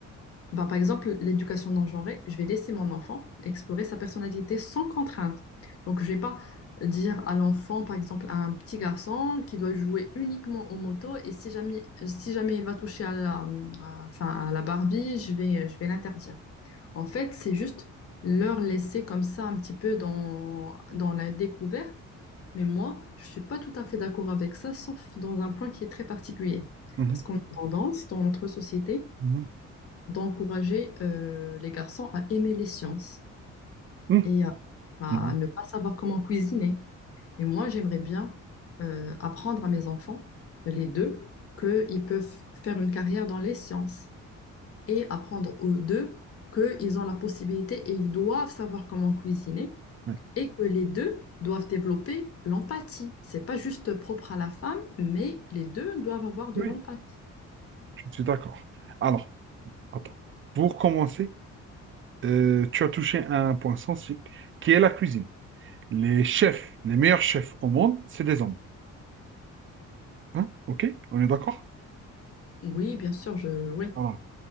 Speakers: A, on the left; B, on the right.
A: bah, par exemple, l'éducation non genrée, je vais laisser mon enfant explorer sa personnalité sans contrainte. Donc, je vais pas dire à l'enfant, par exemple, à un petit garçon qui doit jouer uniquement aux motos et si jamais, si jamais il va toucher à la, à- enfin, à la Barbie, je vais, je vais l'interdire. En fait, c'est juste leur laisser comme ça un petit peu dans, dans la découverte. Mais moi, je ne suis pas tout à fait d'accord avec ça, sauf dans un point qui est très particulier.
B: Mhm,
A: Parce qu'on a tendance, dans notre société,
B: mhm,
A: d'encourager euh, les garçons à aimer les sciences
B: mhm,
A: et à, à
B: mhm,
A: ne pas savoir comment cuisiner. Et moi, j'aimerais bien euh, apprendre à mes enfants, les deux, qu'ils peuvent faire une carrière dans les sciences et apprendre aux deux qu'ils ont la possibilité et ils doivent savoir comment cuisiner
B: Oui,
A: et que les deux doivent développer l'empathie. C'est pas juste propre à la femme, mais les deux doivent avoir de
B: Oui,
A: l'empathie.
B: je suis d'accord. Alors, attends. Pour commencer, euh, tu as touché à un point sensible, qui est la cuisine. Les chefs, les meilleurs chefs au monde, c'est des hommes. Hein? Ok, on est d'accord?
A: Oui, bien sûr, je... Oui.
B: Voilà.